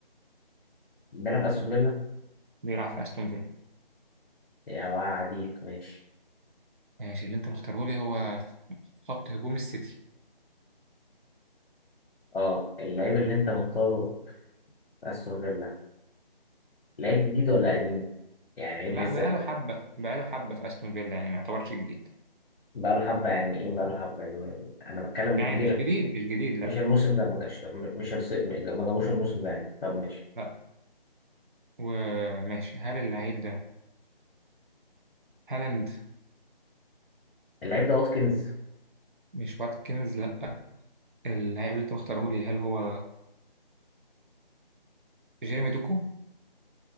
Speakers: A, on the left; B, on the right.
A: بيلعب في استون فيلا
B: بيلعب في استون فيلا
A: يا وعدي ماشي
B: ماشي اللي انت مختارهولي هو في خط هجوم السيتي
A: اه اللعيب اللي انت مختاره في استون فيلا لعيب جديد ولا قديم يعني لعيب
B: لا
A: لسه
B: بقاله حبة بقاله حبة في استون فيلا يعني ما يعتبرش جديد
A: بقاله حبه يعني ايه بقاله حبه يعني انا بتكلم
B: يعني
A: جيل
B: مش جديد مش جديد لا
A: مش الموسم ده ما جاش ده، م- مش الص... م- ما جابوش الموسم ده يعني طب ماشي
B: لا وماشي هل اللعيب ده هالاند
A: اللعيب ده واتكنز
B: مش واتكنز لا اللعيب اللي انت مختارهولي هل هو جيرمي دوكو